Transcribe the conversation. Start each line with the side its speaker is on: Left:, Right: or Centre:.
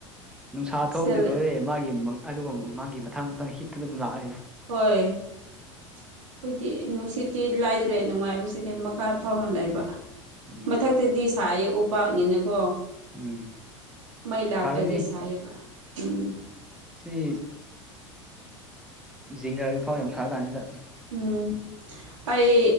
Centre: ꯅꯨꯡꯁꯥ ꯊꯣꯛꯑꯗꯤ
Right: ꯁꯤꯗ ꯂꯩ
Centre: ꯂꯣꯏꯔꯦ ꯃꯥꯒꯤ ꯑꯗꯨꯒ ꯃꯥꯒꯤ ꯃꯊꯪ ꯃꯊꯪ ꯍꯤꯠꯇ ꯑꯗꯨꯝ ꯂꯥꯛꯑꯅꯤ
Right: ꯍꯣꯏ ꯑꯩꯈꯣꯏꯗꯤ ꯅꯨꯡꯁꯤꯠꯇꯤ ꯂꯥꯏꯗ꯭ꯔꯦ ꯅꯨꯡꯉꯥꯏꯕꯁꯤꯗꯤ ꯀꯥ ꯐꯥꯎꯅ ꯂꯩꯕ
Centre: ꯎꯝ
Right: ꯃꯊꯛꯇꯗꯤ ꯁꯥꯏꯌꯦ ꯎꯄꯥꯛꯥꯛꯅꯤꯅꯀꯣ
Centre: ꯎꯝ
Right: ꯃꯩ ꯂꯥꯛꯇꯗꯤ
Centre: ꯁꯥꯒꯅꯤ
Right: ꯁꯥꯏꯌꯦꯕ ꯎꯝ
Centre: ꯁꯤ ꯤꯡꯅꯔꯒꯤ ꯐꯥꯎ ꯌꯥꯝ ꯁꯥꯔ ꯀꯥꯟꯁꯤꯗ
Right: ꯎꯝ ꯑꯩ